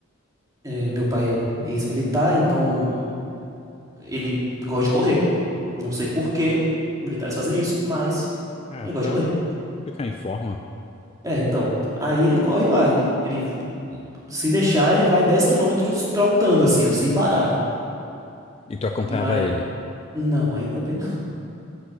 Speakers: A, on the right; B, on the left.
A: é, meu pai é ex-militar, então ele gosta de correr. Não sei por que militares fazem isso, mas
B: É,
A: ele
B: pra
A: gosta de correr.
B: ficar em forma.
A: É, então, aí ele corre lá, ele, ele se deixar, ele vai 10 quilômetros trotando assim, ó, sem parar.
B: E tu acompanhava
A: Mas,
B: ele.
A: não, ainda bem